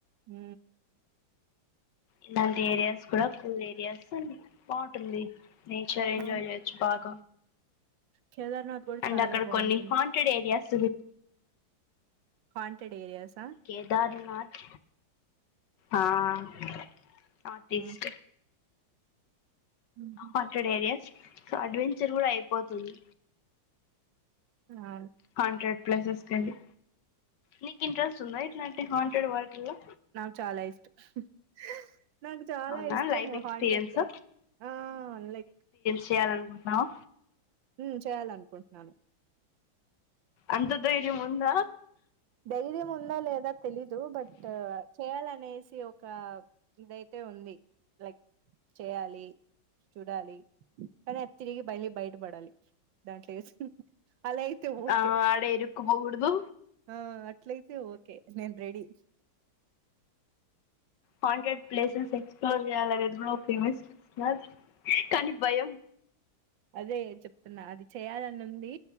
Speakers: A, on the right; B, on the left.
A: హ్మూ
B: ఇలాంటి ఏరియాస్ కూడా కూల్ ఏరియాస్ బా వుంటుంది నేచర్ ఎంజాయ్
A: అవును
B: చేయొచ్చు బాగ
A: కేదార్నాథ్ కూడా
B: అండ్
A: చాలా
B: అక్కడ
A: బాగుంటుంది
B: కొన్ని haunted areas
A: haunted areas
B: Kedarnath ఆఁ నార్త్ ఈస్ట్
A: ఆహా! హుహు.
B: హాంటెడ్ ఏరియాస్ సో అడ్వెంచర్ కూడ అయిపోతుంది.
A: అవును
B: హాంటెడ్ ప్లేసెస్ కెళ్ళి, నీకి ఇంట్రెస్ట్ ఉందా ఇట్లాంటి హాంటెడ్ వాటిల్లో
A: నాకు చాల ఇష్టం నాకు చాలా
B: అవునా
A: ఇష్టం
B: లైవ్ ఎక్స్పీరియన్స్
A: హాంటెడ్ ప్లేస్ ఆఁ లైక్
B: చేయాలనుకుంట్నావు
A: మ్ చేయాలనుకుంటున్నాను
B: అంత ధైర్యము ఉందా
A: ధైర్యం ఉందా లేదా తెలీదు బట్ చేయాలనేసి ఒక ఇదైతే ఉంది. లైక్ చేయాలి చూడాలి కానీ తిరిగి బయలు బయటపడాలి దాంట్లో ఏస్ అలా అయితే ఓకే
B: ఆ ఆడ ఇరుక్కుపోకూడదు
A: ఆ అట్లయితే ఓకే నేను ready
B: haunted places explore చేయాలి అదిది <unintelligible> కానీ భయం
A: అదే చెప్తున్నా అది చేయాలని ఉంది